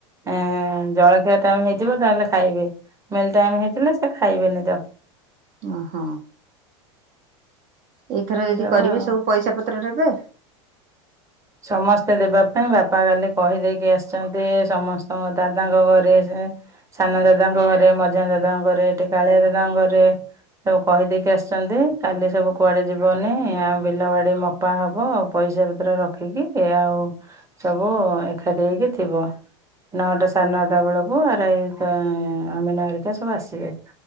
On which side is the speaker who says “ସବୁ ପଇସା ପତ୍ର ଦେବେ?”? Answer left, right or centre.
Right